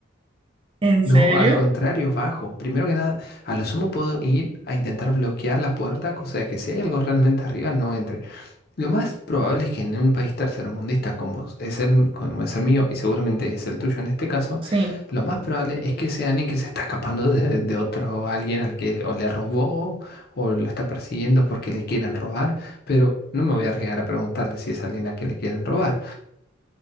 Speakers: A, on the right; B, on the left.
A: ¿En
B: No,
A: serio?
B: al contrario, bajo. Primero que nada, a lo sumo puedo ir a intentar bloquear la puerta, cosa de que si hay algo realmente arriba no entre. Lo más probable es que en un país tercermundista como es el, como es el mío y seguramente es el tuyo en este caso,
A: Sí.
B: lo más probable es que sea alguien que se está escapando de, de otro, alguien al que o le robó o lo está persiguiendo porque le quieren robar, pero no me voy a arriesgar a preguntarle si es alguien a quien le quieren robar.